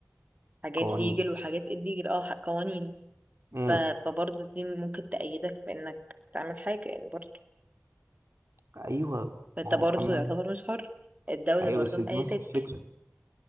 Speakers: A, on the right; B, on the right.
A: حاجات
B: قوانين
A: ليجل وحاجات الليجل اه ح- قوانين
B: امم
A: ف... فبرضه دي ممكن تأيدك بإنك تعمل حاجة يعني برضه
B: أيوه
A: فأنت
B: ما هو
A: برضه
B: أما
A: يعتبر مش حر الدولة
B: أيوه
A: برضه
B: بس
A: مأيدك
B: دي نفس الفكرة